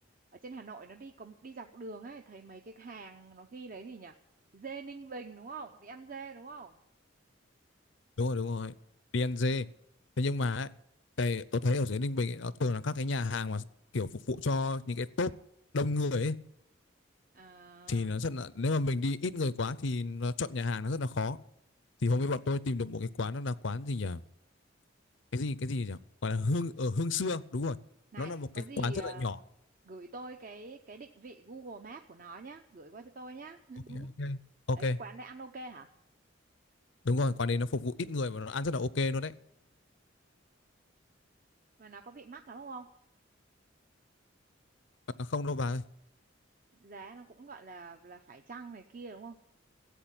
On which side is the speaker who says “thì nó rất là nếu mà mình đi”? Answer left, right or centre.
Left